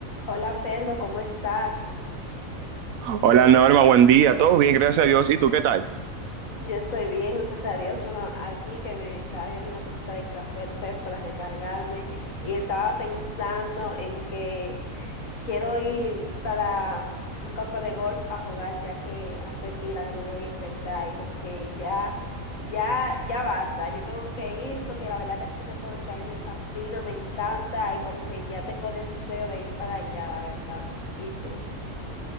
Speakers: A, on the left; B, on the right.
A: Hola Pedro, ¿cómo estás?
B: Hola Norma, buen día. Todo bien, gracias a Dios. ¿Y tú qué tal?
A: Yo estoy bien, gracias a Dios. Bueno, aquí que me estaba viendo una tacita de café, tú sabes, para recargarme y estaba pensando en que quiero ir para un campo de golf a jugar ya que hace pila que no voy en verdad y como que ya, ya, ya basta. Yo tengo que ir porque la verdad que es un deporte que a mí me fascina, me encanta y como que ya tengo deseo de ir para allá, la verdad. ¿Y tú?